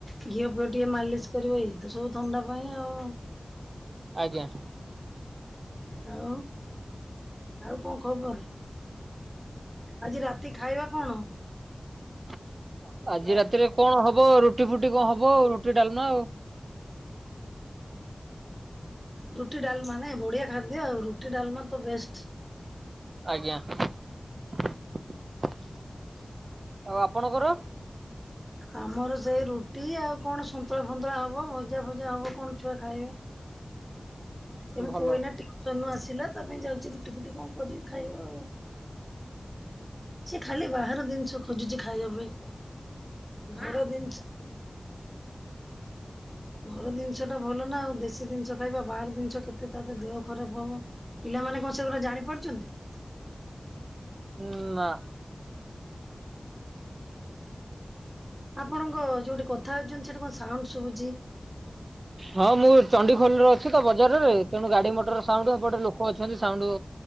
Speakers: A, in the centre; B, on the right.
A: ଘିଅ ଫିଅ ଟିକେ ମାଲିସ୍ କରିବ ଏଇତ ସବୁ ଥଣ୍ଡା ପାଇଁ ଆଉ।
B: ଆଜ୍ଞା।
A: ଆଉ, ଆଉ କଣ ଖବର? ଆଜି ରାତି ଖାଇବା କଣ?
B: <unintelligible> ଆଜି ରାତିରେ କଣ ହବ, ରୁଟି ଫୁଟି କଣ ହବ ଆଉ, ରୁଟି ଡାଲମା ଆଉ।
A: ରୁଟି ଡାଲମା ନାଇ ବଢିଆ ଖାଦ୍ୟ ଆଉ। ରୁଟି ଡାଲମା ତ ବେଷ୍ଟ୍।
B: ଆଜ୍ଞା। ଆଉ ଆପଣଙ୍କର?
A: ଆମର ସେଇ ରୁଟି ଆଉ କଣ ସନ୍ତୁଳା ଫନ୍ତୁଳା ହବ। ଭଜା ଫଜା ହବ କଣ ଛୁଆ ଖାଇବେ। ସେ ମୋ
B: ଭଲ
A: ପୁଅ ଏଇନା ଟିଉସନ୍ ରୁ ଆସିଲା ତା ପାଇଁ ଯାଉଛି ରୁଟି ଫୁଟି କଣ କରିବି ଖାଇବ ଆଉ। ସିଏ ଖାଲି ବାହାର ଦିନିଷ ଖୋଜୁଚି ଖାଇବା ପାଇଁ। ଘର ଦିନିଷ ଘର ଦିନିଷ ଟା ଭଲ ନା ଆଉ ଦେଶୀ ଦିନିଷ ଖାଇବା ବାହାର ଦିନିଷ କେତେ ତା ଦେହ ଖରାପ ହବ। ପିଲାମାନେ <inaudible> କଣ ସେଗୁଡା ଜାଣି ପାରୁଛନ୍ତି।
B: ହୁଁ, ନା।
A: ଆପଣଙ୍କ ଯୋଉଠି କଥା ହଉଛନ୍ତି ସେଠି କଣ ସାଉଣ୍ଡ୍ ଶୁଭୁଛି?
B: ହଁ ମୁଁ ଚଣ୍ଡିଖୋଲର ଅଛି ତ ବଜାରରେ ତେଣୁ ଗାଡି ମଟର ସାଉଣ୍ଡ୍। ଏପଟେ ଲୋକ ଅଛନ୍ତି ସାଉଣ୍ଡ୍।